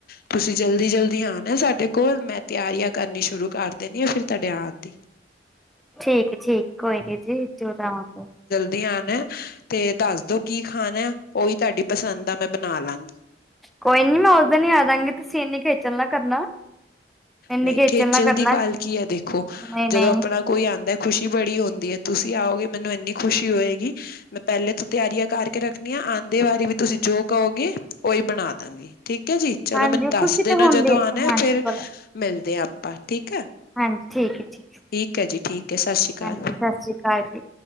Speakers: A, on the left; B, in the centre.
A: ਤੁਸੀਂ ਜਲਦੀ- ਜਲਦੀ ਆਣਾ ਏ, ਸਾਡੇ ਕੋਲ ਮੈਂ ਤਿਆਰੀਆਂ ਕਰਨੀਆਂ ਸ਼ੁਰੂ ਕਰ ਦੇਣੀ ਆ। ਫੇਰ ਤੁਹਾਡੇ ਆਉਣ ਦੀ। <inaudible>
B: ਠੀਕ-ਠੀਕ ਕੋਈ ਨੀ ਜੀ, ਜਰੂਰ ਆਵਾਂਗੇ।
A: ਦੀ ਆਣਾ ਹੈ, ਤੇ ਦੱਸ ਦੋ ਕੀ ਖਾਣਾ ਉਹੀ ਤੁਹਾਡੀ ਪਸੰਦ ਦਾ, ਮੈਂ ਬਣਾ ਲਾਂਗੀ।
B: ਕੋਈ ਨੀ ਮੈਂ ਉਸ ਦਿਨ ਹੀ ਆ ਜਾਂਗੀ। ਤੁਸੀਂ ਇੰਨੀ ਖੇਚਲ ਨਾ ਕਰਨਾ। ਇੰਨੀ
A: ਨਹੀਂ ਖੇਚਲ
B: ਨਾ ਕਰਨਾ।
A: ਦੀ ਕਾਲ ਕੀ ਹੈ। ਦੇਖੋ
B: ਨਹੀਂ-ਨਹੀਂ
A: ਜਦੋਂ ਆਪਣਾ ਕੋਈ ਆਉਂਦਾ ਹੈ, ਖੁਸ਼ੀ ਬੜੀ ਹੁੰਦੀ ਹੈ। ਤੁਸੀਂ ਆਓਗੇ ਮੈਨੂੰ ਇੰਨੀ ਖੁਸ਼ੀ ਹੋਏਗੀ ਮੈਂ, ਪਹਿਲੇ ਤੋਂ ਤਿਆਰੀਆਂ ਕਰਕੇ ਰੱਖਣੀਆਂ। ਆਂਦੇ ਵਾਰੀ ਵੀ ਤੁਸੀਂ ਜੋ ਕਹੋਗੇ ਉਹੀ ਬਣਾ ਦਾ ਗੀ। ਠੀਕ ਹੈ ਜੀ। ਚਲੋ
B: ਹਾਂਜੀ
A: ਮੈਨੂੰ ਦੱਸ
B: ਖੁਸ਼ੀ
A: ਦੇਣਾ
B: ਤੇ ਹੁੰਦੀ
A: ਜਦੋਂ ਆਉਣਾ।
B: ਹਾਂਜੀ
A: ਫੇਰ
B: ਭਲਾ
A: ਮਿਲਦੇ ਹ ਆਪਾਂ ਠੀਕ ਹੈ।
B: ਹਾਂਜੀ, ਠੀਕ ਹੈ-ਠੀਕ ਹੈ।
A: ਠੀਕ ਹੈ ਜੀ, ਠੀਕ ਹੈ ਸਤ ਸ਼੍ਰੀ ਅਕਾਲ
B: ਹਾਂਜੀ, ਸਤਿ ਸ਼੍ਰੀ ਅਕਾਲ ਜੀ।